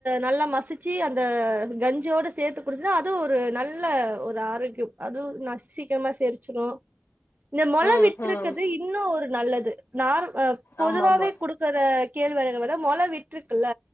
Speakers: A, on the right; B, on the left.
A: நல்லா மசிச்சு அந்த வெஞ்சோட சேத்து குடிச்சா அதுவு ஒரு நல்ல ஒரு ஆரோக்கியம் அதுவு நா சீக்கிரமாசெரிச்சிடு இந்த மொள
B: ம்
A: விட்டுக்குது
B: ம்
A: இப் இன்னோ ஒரு நல்லது நார் பொதுவாவே
B: ஆமாமா
A: குடுக் இத்தர கேழ்வரக விட மொள விட்டுருக்குல்ல